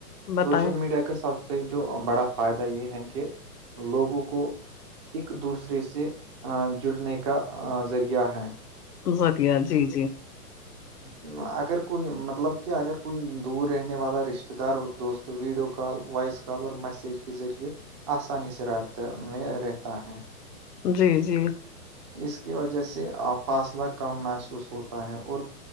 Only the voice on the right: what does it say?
سوشل میڈیا کا سب سے جو بڑا فائدہ یہ ہے کہ لوگوں کو ایک دوسرے سے جڑنے کا ذریعہ ہے
جی اگر کوئی مطلب کہ اگر کوئی دور رہنے والا رشتے دار اور دوست ویڈیو کال وائس کال اور میسج کے ذریعے آسانی سے رابطہ میں رہتا ہے
اس کی وجہ سے فاصلہ کم محسوس ہوتا ہے اور